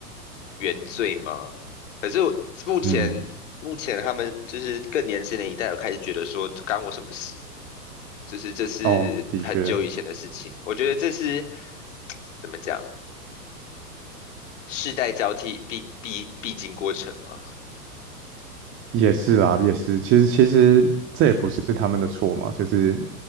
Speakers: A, on the left; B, on the right.
A: 原罪吗？可是我目前目前他们就是更年轻的一代有开始觉得说干我什么事，
B: 嗯，
A: 就是这是很久以前的事情。
B: 哦，的确
A: 我觉得这是怎么讲，世代交替必必必经过程嘛。
B: 也是啦，也是。其实其实这也不是他们的错嘛，
A: 嗯，
B: 就是